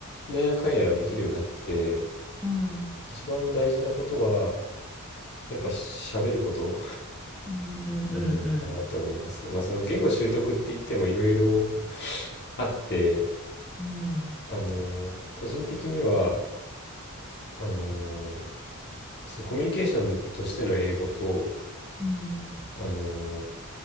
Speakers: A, on the left; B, in the centre.
A: なんやかんやできるようになって、
B: うん。
A: 一番大事なことは、やっぱ喋ること
B: うんうん。
A: なんじゃないかなって思いますね。まあその言語習得って言ってもいろいろあって、
B: うん
A: あの、個人的には、あの、そのコミュニケーションとしての英語と、
B: うん
A: あの、